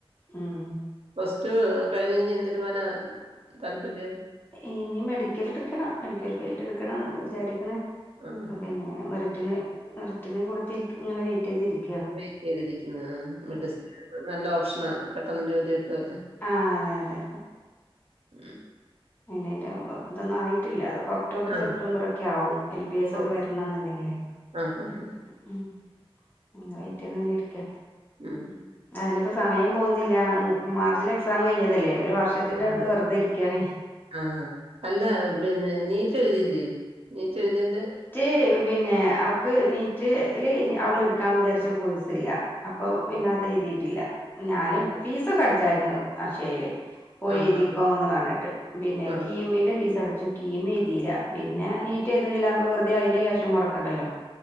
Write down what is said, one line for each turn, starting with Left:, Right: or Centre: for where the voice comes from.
Left: ഉം
Right: പ്ലസ്റ്റു കഴിഞ്ഞ് ഇനി എന്തിനു പോവാനാ താല്പര്യം
Left: ഇനി മെഡിക്കൽ എടുക്കണം മെഡിക്കൽ ഫീൽഡ് എടുക്കണന്ന് വിചാരിക്കണ്
Right: ആഹ്
Left: പിന്നെ മെറിട്ടിന് മെറിട്ടിന് കൊടുത്ത് ഇങ്ങനെ വെയിറ്റ് ചെയ്തിരിക്കുന്നു
Right: വെയ്റ്റ് ചെയ്തിരിക്കുന്നു. ആ മെഡിസിൻ നല്ല ഓപ്ഷനാ പെട്ടെന്ന് ജോലി കിട്ടുവല്ലോ
Left: ആ അതെ അതെ
Right: ഉം
Left: അയ്നേ ന്റെ ഇതൊന്നും ആയിട്ടില്ല അതൊക്കൊ ഒക്ടോബർ
Right: ആഹ്.
Left: സെപ്റ്റംബർ ഒക്കെ ആവും എൽ ബി എസ് ഒക്കെ
Right: ഓഹ്.
Left: വരണെന്നുണ്ടെങ്കിലേ
Right: ആഹാഹാ.
Left: ഉഹും അങ്ങനെ വെയ്റ്റ് ചെയ്ത് ങ്ങനെ ഇരിക്ക
Right: ഉം
Left: അതിനിപ്പോ സമയം പോകുന്നില്ല മാർച്ചിൽ എക്സാം കഴിഞ്ഞതല്ലേ ഒരു വർഷത്തിന്റെ
Right: ഓഹ്.
Left: അടുത്ത് വെറുതെ ഇരിക്കുകയാണ്
Right: ആഹ് അല്ല പിന്നെ നീറ്റെഴുതിയില്ലേ നീറ്റ് എഴുതിയതിന്റെ
Left: മറ്റ് പിന്നെ അവക്ക് നീറ്റ്ല് അവള് എടുക്കാൻ വിചാരിച്ച കോഴ്സില്ല അപ്പൊ പിന്നെ
Right: ഓഹ്.
Left: അത് എഴുതിട്ടില്ല ഞാന്
Right: ആഹ്.
Left: ഫീസ് അടിച്ചായിരുന്നു ആഷ്യയില് പോയി
Right: ആഹാ.
Left: എഴുതിക്കോ
Right: ഉം.
Left: എന്ന് പറഞ്ഞിട്ട് പിന്നെ
Right: ആഹ്.
Left: കിമിന്റെ ഫീസ് അടച്ചു കിമി എഴുതിയില്ല പിന്നെ നി നീറ്റ് എഴുതുന്നില്ല വെറുതെ അതിന്റെ ക്യാഷും മുടക്കണ്ടല്ലോ